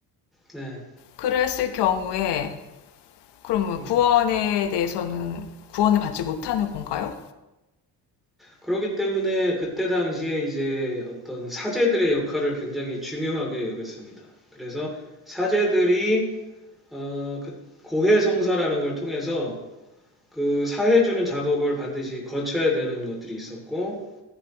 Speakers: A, in the centre; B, on the left (about 85°).
A: 네,
B: 그랬을 경우에 그러면
A: 음.
B: 구원에 대해서는 구원을 받지 못하는 건가요?
A: 그렇기 때문에 그때 당시에 이제 어떤 사제들의 역할을 굉장히 중요하게 여겼습니다. 그래서 사제들이 어, 그 고해 성사라는 걸 통해서 그 사해주는 작업을 반드시 거쳐야 되는 것들이 있었고